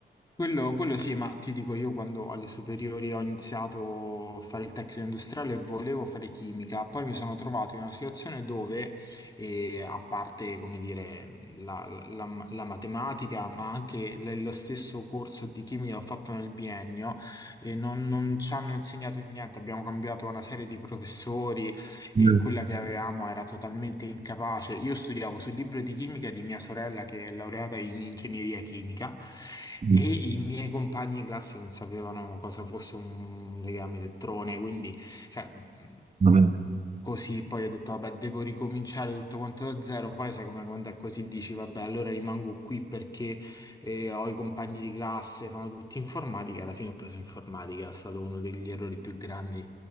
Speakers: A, on the left; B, on the right.
A: Quello, quello sì, ma ti dico io quando alle superiori ho iniziato a fare il tecnico industriale volevo fare chimica, poi mi sono trovato in una situazione dove, eh, a parte, come dire, la, la- la matematica, ma anche l- lo stesso corso di chimica che ho fatto nel biennio, eh, non, non ci hanno insegnato niente, abbiamo cambiato una serie di professori e
B: Mm.
A: quella che avevamo era totalmente incapace. Io studiavo sul libro di chimica di mia sorella che è laureata in ingegneria chimica
B: Mm.
A: e i miei compagni di classe non sapevano cosa fosse un legame elettrone, quindi cioè, mh,
B: Vabbè.
A: così poi ho detto vabbè devo ricominciare tutto quanto da zero, poi sai come quando è così dici vabbè allora rimango qui perché e ho i compagni di classe, fanno tutti informatica. Alla fine ho preso informatica, è stato uno degli errori più grandi